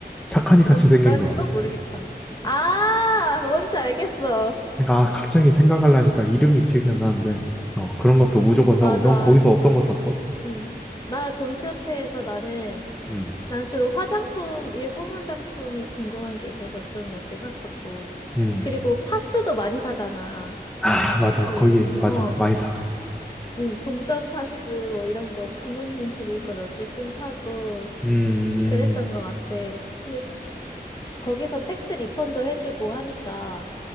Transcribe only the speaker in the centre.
착하니 같이
생긴
거.
그러니까 아, 갑자기 생각하려니까 이름이
기억이 안 나는데 어 그런 것도 무조건
사고 넌 거기서 어떤 거 샀어?
음.
음.
아, 맞아.
거기,
맞아. 많이 사.
음,